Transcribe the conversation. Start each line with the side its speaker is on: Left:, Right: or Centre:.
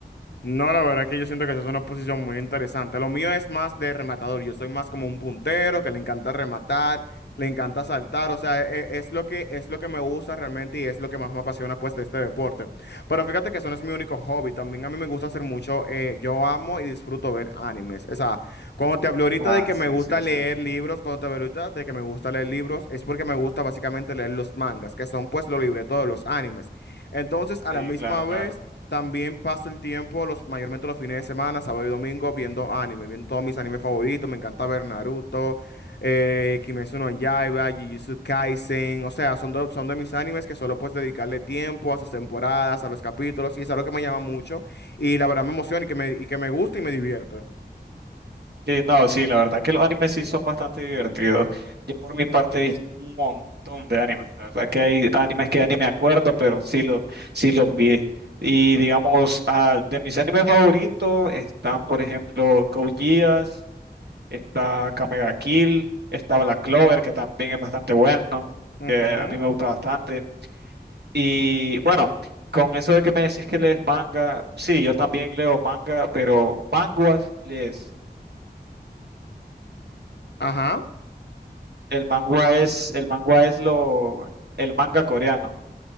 Left: No, la verdad que yo siento que esa es una posición muy interesante. Lo mío es más de rematador. Yo soy más como un puntero que le encanta rematar, le encanta saltar. O sea, e- e, es, lo que, es lo que me gusta realmente y es lo que más me apasiona pues de este deporte. Pero fíjate que eso no es mi único hobby. También a mí me gusta hacer mucho. eh, yo amo y disfruto ver animes. O sea, cuando te hablo ahorita
Right: Ah,
Left: de que
Right: sí,
Left: me gusta
Right: sí,
Left: leer
Right: sí.
Left: libros, cuando te hablo ahorita de que me gusta leer libros, es porque me gusta básicamente leer los mangas, que son pues los libretos de los animes. Entonces, a
Right: Sí,
Left: la misma
Right: claro,
Left: vez...
Right: claro.
Left: También paso el tiempo, los, mayormente los fines de semana, sábado y domingo, viendo anime, viendo todos mis animes favoritos. Me encanta ver Naruto, eh, Kimetsu no Yaiba, Jujutsu Kaisen. O sea, son, do- son de mis animes que solo puedes dedicarle tiempo a sus temporadas, a los capítulos, y es algo que me llama mucho. Y la verdad me emociona y que me, y que me gusta y me divierte.
Right: Sí, no, sí, la verdad que los animes sí son bastante divertidos. Yo por mi parte he visto un montón de animes. La verdad que hay animes que ya ni me acuerdo, pero sí los sí los vi. Y digamos, ah, de mis animes favoritos están, por ejemplo, Code Geass, está Kamega Kill, está Black Clover, que también es bastante bueno,
Left: Ujú.
Right: que a mí me gusta bastante. Y bueno, con eso de que me decís que lees manga, sí, yo también leo manga, pero manguas lees.
Left: Ajá.
Right: El manga es, el manga es lo, el manga coreano.